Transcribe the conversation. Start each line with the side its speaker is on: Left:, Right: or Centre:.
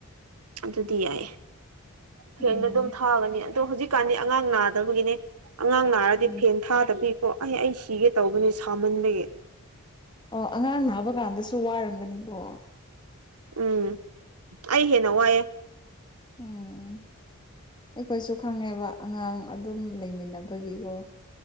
Right: ꯑꯗꯨꯗꯤ ꯌꯥꯏ ꯐꯦꯟꯗ
Left: ꯎꯝ
Right: ꯑꯗꯨꯝ ꯊꯥꯒꯅꯤ ꯑꯗꯣ ꯍꯧꯖꯤꯛꯀꯥꯟꯗꯤ ꯑꯉꯥꯡ ꯅꯥꯗꯕꯒꯤꯅꯦ ꯑꯉꯥꯡ ꯅꯥꯔꯗꯤ
Left: ꯎꯝ
Right: ꯐꯦꯟ ꯊꯥꯗꯕ ꯆꯄꯤꯀꯣ ꯑꯩ ꯑꯩ ꯁꯤꯒꯦ ꯇꯧꯕꯅꯦ ꯁꯥꯃꯟꯕꯒꯤ
Left: ꯑꯣ ꯑꯉꯥꯡ ꯅꯥꯕ ꯀꯥꯟꯗꯁꯨ ꯋꯥꯔꯝꯒꯅꯤꯀꯣ
Right: ꯎꯝ ꯑꯩ ꯍꯦꯟꯅ ꯋꯥꯏꯑꯦ
Left: ꯎꯝ ꯑꯩꯈꯣꯏꯁꯨ ꯈꯪꯉꯦꯕ ꯑꯉꯥꯡ ꯑꯗꯨꯝ ꯂꯩꯃꯤꯟꯅꯕꯒꯤꯀꯣ